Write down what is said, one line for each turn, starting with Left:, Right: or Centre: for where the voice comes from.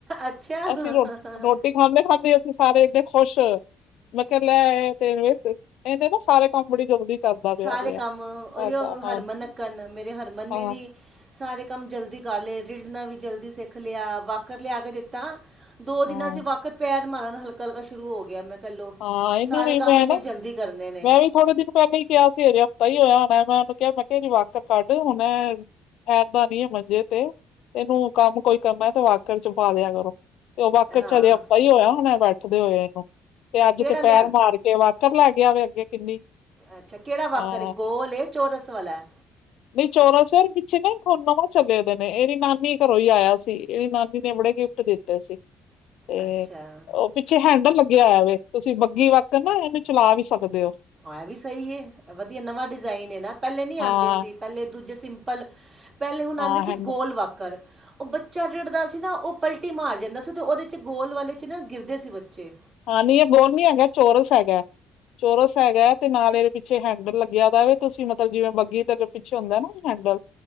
Right: ਅੱਛਾ
Left: ਅਸੀਂ ਰੋ ਰੋਟੀ ਰੋਟੀ ਖਾਂਦੇ ਖਾਂਦੇ ਅਸੀਂ ਸਾਰੇ ਇੰਨੇ ਖੁਸ਼ ਹੋਏ। ਮੈਂ ਕਿਹਾ ਲੈ ਆ ਤੇ ਇਹ ਤੇ ਇਹਨੇ ਨਾ ਸਾਰੇ ਕੰਮ ਬੜੀ ਜਲਦੀ। ਕਰਦਾ
Right: ਸਾਰੇ
Left: ਪਿਆ ਵੇ
Right: ਕੰਮ
Left: ਆ
Right: ਉਹੀਓ
Left: ਸਾਡਾ
Right: ਹਰਮਨ
Left: ਹਾਂਜੀ
Right: ਨੱਕਣ ਮੇਰੇ ਹਰਮਨ
Left: ਹਾਂ
Right: ਨੇ ਵੀ। ਸਾਰੇ ਕੰਮ ਜਲਦੀ ਕਰ ਲਏ ਰਿੜਨਾ ਵੀ ਜਲਦੀ ਸਿੱਖ ਲਿਆ ਵਾਕਰ ਲਿਆ ਕੇ ਦਿੱਤਾ। ਦੋ
Left: ਹਾਂ
Right: ਦਿਨਾਂ 'ਚ ਵਾਕਰ ਪੈਰ ਮਾਰਨ ਹਲਕਾ ਹਲਕਾ ਸ਼ੁਰੂ ਹੋ ਗਿਆ ਮੈਂ। ਚਲੋ
Left: ਹਾਂ ਇਹਨੂੰ
Right: ਸਾਰੇ
Left: ਵੀ
Right: ਕੰਮ
Left: ਮੈਂ
Right: ਇੰਨੇ
Left: ਨਾ
Right: ਜਲਦੀ ਕਰਨੇ ਨੇ।
Left: ਮੈਂ ਵੀ ਥੋੜੇ ਦਿਨ ਪਹਿਲਾਂ ਈ ਕਿਹਾ ਸੀ ਹਜੇ ਹਫ਼ਤਾ ਈ ਹੋਇਆ ਹੋਣਾ ਮੈਂ ਉਹਨੂੰ ਕਿਹਾ ਮੈਂ ਕਿਹਾ ਇਹਦੀ ਵਾਕਰ ਕੱਢ ਹੁਣ। ਐਦਾ ਨੀ ਮੰਜੇ ਤੇ, ਇਹਨੂੰ ਕੰਮ ਕੋਈ ਕਰਨਾ ਤੇ ਵਾਕਰ 'ਚ ਪਾ ਦਿਆ ਕਰੋ। ਤੇ ਉਹ ਵਾਕਰ
Right: ਹਾਂ
Left: 'ਚ ਹਜੇ ਹਫ਼ਤਾ ਹੀ ਹੋਇਆ ਹੋਣਾ ਬੈਠਦੇ ਹੋਏ ਆ ਇਹਨੂੰ। ਤੇ ਅੱਜ
Right: ਕਿਹੜਾ
Left: ਤੇ
Right: ਲਿਆਂ
Left: ਪੈਰ ਮਾਰ ਕੇ ਵਾਕਰ ਲੈ ਗਿਆ ਵੇ ਅੱਗੇ ਕਿੰਨੀ।
Right: ਅੱਛਾ ਕਿਹੜਾ ਵਾਕਰ
Left: ਹਾਂ
Right: ਏ ਗੋਲ ਏ ਚੋਰਸ ਵਾਲਾ?
Left: ਨਹੀਂ ਚੋਰਸ ਔਰ ਪਿੱਛੇ ਨਾ ਹੁਣ ਨਵੇਂ ਚਲੇੇਦੇ ਨੇ ਇਹ ਦੀ ਨਾਨੀ ਘਰੋਂ ਈ ਆਇਆ ਸੀ ਇਹ ਦੀ ਨਾਨੀ ਨੇ ਬੜੇ ਦਿੱਤਾ ਸੀ, ਤੇ
Right: ਅੱਛਾ
Left: ਉਹ ਪਿੱਛੇ ਹੈਂਡਲ <unintelligible> ਤੁਸੀਂ ਬੱਗੀ ਵਕਤ ਨਾ ਇਹਨੂੰ ਚਲਾ ਵੀ ਸਕਦੇ ਔ।
Right: ਆ ਵੀ ਸਹੀ ਵਧੀਆ ਨਵਾਂ ਡਿਜ਼ਾਇਨ ਨਾ ਪਹਿਲੇ ਨੀ ਆਦੇ
Left: ਹਾਂ
Right: ਸੀ। ਪਹਿਲੇ ਦੂਜੇ ਸਿੰਪਲ, ਪਹਿਲੇ ਹੁਣ ਆਦੇ
Left: ਹਾਂ
Right: ਸੀ
Left: ਹੈਂਡਲ
Right: ਗੋਲ ਵਾਕਰ ਉਹ ਬੱਚਾ ਰਿੜਦਾ ਸੀ ਨਾ ਉਹ ਪਲਟੀ ਮਾਰ ਜਾਂਦਾ ਸੀ ਤੇ ਉਹਦੇ ਗੋਲ ਵਾਲੇ ਨਾ ਗਿਰਦੇ ਸੀ ਬੱਚੇ।
Left: ਹਾਂ ਨੀ ਇਹ ਗੋਲ ਨੀ ਹੈਗਾ ਚੋਰਸ ਹੈਗਾ। ਚੋਰਸ ਹੈਗਾ ਐ ਤੇ ਨਾਲ ਇਹਦੇ ਪਿੱਛੇ ਹੈਂਡਲ ਲੱਗਿਆ ਦਾ ਵੇ ਤੁਸੀਂ ਮਤਲਬ ਜਿਵੇਂ ਬੱਗੀ ਤੇ ਪਿੱਛੇ ਹੁੰਦਾ ਨਾ ਹੈਂਡਲ,